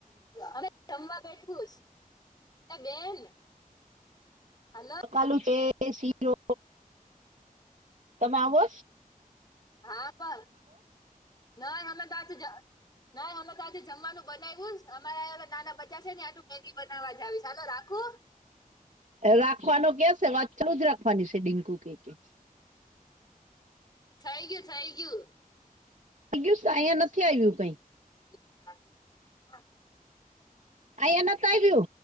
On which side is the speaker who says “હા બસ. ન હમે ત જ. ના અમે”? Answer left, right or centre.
Left